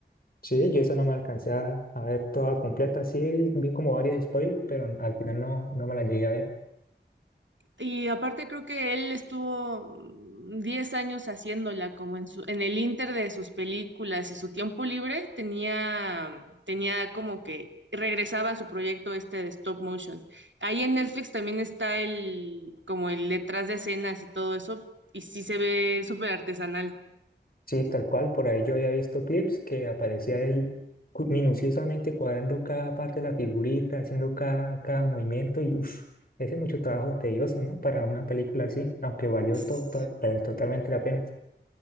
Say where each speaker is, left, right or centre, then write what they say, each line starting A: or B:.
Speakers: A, on the left; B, on the right.
A: Sí, yo eso no me alcancé a, a ver toda completa. Sí, vi como varios spoilers, pero al final no, no me la llegué a ver.
B: Y aparte creo que él estuvo mm, 10 años haciéndola como en su, en el inter de sus películas y su tiempo libre tenía, tenía como que regresaba a su proyecto este de stop motion. Ahí en Netflix también está el, como el detrás de escenas y todo eso, y sí se ve súper artesanal.
A: Sí, tal cual, por ahí yo había visto clips que aparecía él cu- minuciosamente cuadrando cada parte de la figurita, haciendo cada, cada movimiento y uff, ese es mucho trabajo tedioso, ¿no? Para una película así, aunque valió
B: <laughs>
A: to- to- eh, totalmente la pena.